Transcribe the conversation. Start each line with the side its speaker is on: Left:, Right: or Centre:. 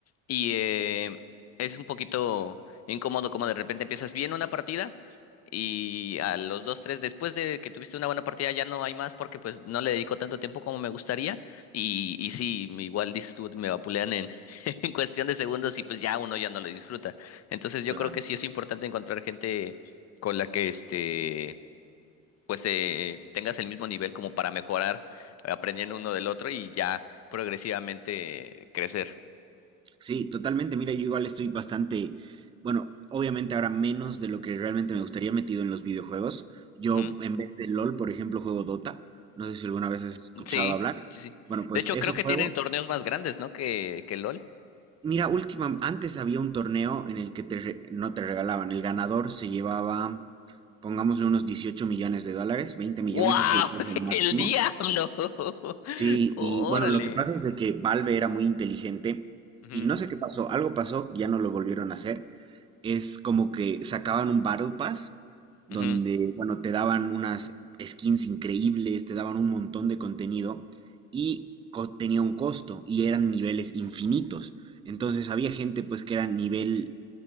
Left: y eh, es un poquito incómodo como de repente empiezas bien una partida y a los dos, tres después de que tuviste una buena partida ya no hay más porque pues no le dedico tanto tiempo como me gustaría. Y, y sí, igual dices tú, me vapulean en, <laughs> en cuestión de segundos y pues ya uno ya no lo disfruta. Entonces yo
Right: Claro.
Left: creo que sí es importante encontrar gente con la que este pues eh, tengas el mismo nivel como para mejorar eh, aprendiendo uno del otro y ya progresivamente crecer.
Right: Sí, totalmente. Mira, yo igual estoy bastante, bueno, obviamente ahora menos de lo que realmente me gustaría metido en los videojuegos. Yo
Left: Ujú.
Right: en vez de LOL, por ejemplo, juego Dota. No sé si alguna vez has escuchado
Left: Sí,
Right: hablar.
Left: sí, sí.
Right: Bueno, pues
Left: De hecho
Right: eso
Left: creo que
Right: juego.
Left: tienen torneos más grandes, ¿no? que que LOL.
Right: Mira, última, antes había un torneo en el que te re- no te regalaban. El ganador se llevaba, pongámosle unos dieciocho millones de dólares, veinte
Left: ¡Wow!
Right: millones ha sido el
Left: <laughs>
Right: precio máximo.
Left: ¡El diablo! <laughs>
Right: Sí,
Left: ¡Órale!
Right: y bueno, lo que pasa es de que Valve era muy inteligente
Left: Ujú,
Right: y no sé qué pasó, algo pasó, ya no lo volvieron a hacer. Es como que sacaban un Battle Pass donde,
Left: ujú,
Right: bueno, te daban unas skins increíbles, te daban un montón de contenido y co- tenía un costo y eran niveles infinitos. Entonces había gente pues que era nivel